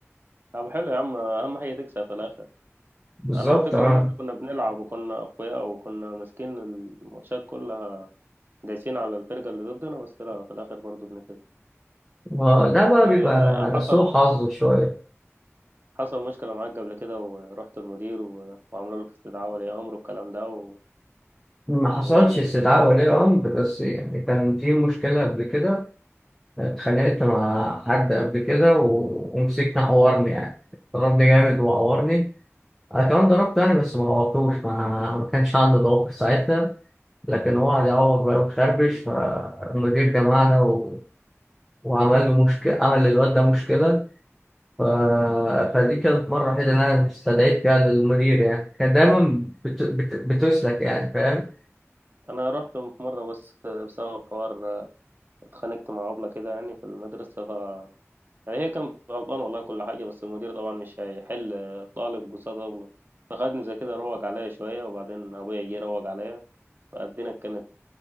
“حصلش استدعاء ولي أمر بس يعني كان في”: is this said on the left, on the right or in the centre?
Centre